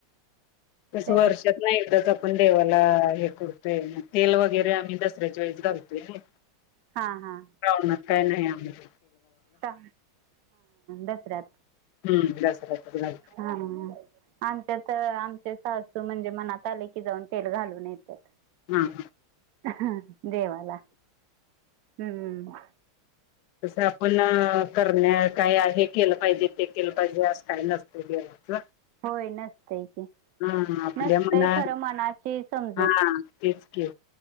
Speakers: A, on the left; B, on the right.
A: तस
B: ते
A: वर्षात नाही आपण देवाला हे करडतोय तेल वगैरे आम्ही दसऱ्याच्या वेळेस घालतोय
B: हा हा
A: रानात काही नाही आमच
B: हा दसरात
A: हम्म दसऱ्यातच घालतो
B: हा आच्यात आम सासू म्हणजे मनात आले की जाऊन तेल घालून येतात.
A: हम
B: ह देवाला हम्म.
A: तसं आपण करण्या काय हे केलं पाहिजे ते केलं पाहिजे अस काही नसत
B: होय नसतंय की
A: हा आपल्या
B: नसतंय
A: मनात
B: खरं मनाची समजूत
A: हा तेच के